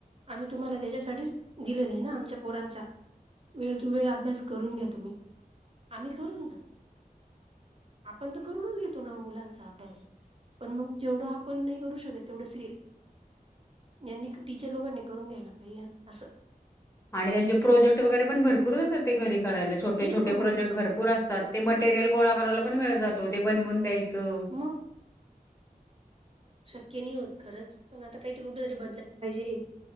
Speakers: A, on the right; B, on the left.
A: आम्ही तुम्हाला त्याच्यासाठीच दिलेलं आहे ना आमच्या पोरांचा वेळ वेळ अभ्यास करून घ्या तुम्ही, आम्ही करून ना. आपण तर करूनच घेतो ना मुलांचा अभ्यास. पण मग जेवढं आपण नाही करू शकत तेवढं सर- यांनी टीचर लोकांनी करुन घ्यायला पाहिजे असं.
B: आणि त्यांचे प्रोजेक्ट वगैरे पण भरपूर असतात ते घरी करायला छोटे-छोटे
A: तेच सांगते
B: प्रोजेक्ट
A: मी.
B: भरपूर असतात. ते मटेरियल गोळा करायला पण वेळ जातो ते बनवून द्यायचं.
A: मग. शक्य नाही होत खरंच पण आता काहीतरी कुठ तरी बदलायला पाहिजे हे